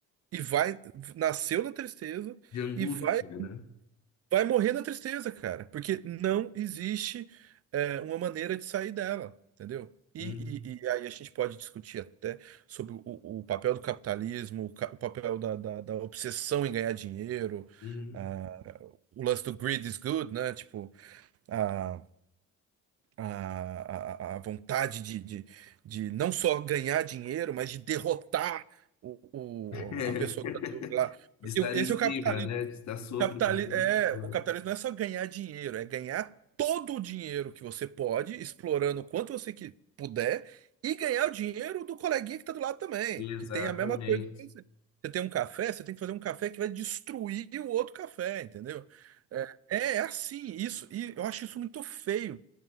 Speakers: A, on the right (about 50°); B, on the left (about 65°).
A: E vai, nasceu na tristeza
B: De angústia,
A: e vai,
B: né?
A: vai morrer na tristeza, cara. Porque não existe é, uma maneira de sair dela, entendeu? E,
B: Uhum.
A: e- e aí a gente pode discutir até sobre o, o papel do capitalismo, o, ca- o papel da, da, da obsessão em ganhar dinheiro,
B: Uhum.
A: ah, o lance do greed is good, né? Tipo, a, a, a, a vontade de, de, de não só ganhar dinheiro, mas de derrotar o,
B: <laughs>
A: o, a pessoa que tá do- lá.
B: De
A: Porque
B: estar
A: esse
B: em cima,
A: é o capitalismo
B: né? De estar sobre
A: Capitali
B: os outros.
A: é, o capitalismo não é só ganhar dinheiro, é ganhar todo o dinheiro que você pode, explorando o quanto você que puder, e ganhar o dinheiro do coleguinha que está do lado também,
B: Exatamente.
A: que tem a mesma coisa que você. Você tem um café, você tem que fazer um café que vai destruir o outro café, entendeu? É, é assim, isso, e eu acho isso muito feio,